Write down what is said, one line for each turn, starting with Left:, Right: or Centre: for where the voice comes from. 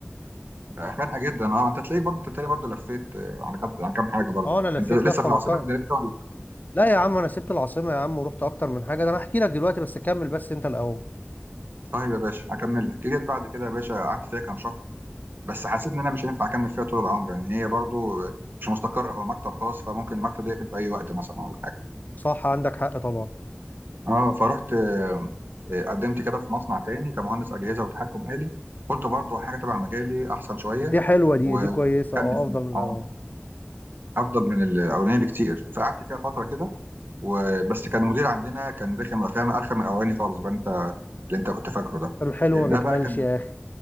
Right: يعني خانقه جدا اه انت تلاقيك برضه انت تاني برضه لفيت آه، على كام على كام حاجه برضه
Left: اه انا لفيت
Right: انت لسه
Left: لفه
Right: في العاصمه
Left: محترمه
Right: الاداريه ولا
Left: لا يا عم انا سبت العاصمه يا عم ورحت اكتر من حاجه ده انا هحكي لك دلوقتي بس كمل بس انت الاول
Right: طيب يا باشا اكمل لك جيت بعد كده يا باشا قعدت فيها كام شهر بس حسيت ان انا مش هينفع اكمل فيها طول العمر يعني هي برضه مش مستقره هو مكتب خاص فممكن المكتب ده يقفل في اي وقت مثلا ولا حاجه
Left: صح عندك حق طبعا
Right: اه فرحت آه، آه، قدمت كده في مصنع تاني كمهندس اجهزه وتحكم آلي قلت برضه حاجه تبع مجالي احسن شويه
Left: دي حلوه دي
Right: و-
Left: دي كويسه
Right: واكمل
Left: اه افضل
Right: فيه
Left: من الاول
Right: اه افضل من الاولاني بكتير فقعدت فيها فتره كده وبس كان المدير عندنا كان رخم رخامه ارخم من الاولاني خالص بقى انت اللي انت كنت فاكره ده
Left: الحلو
Right: ده
Left: ما بيكملش
Right: بقى كان
Left: يا اخي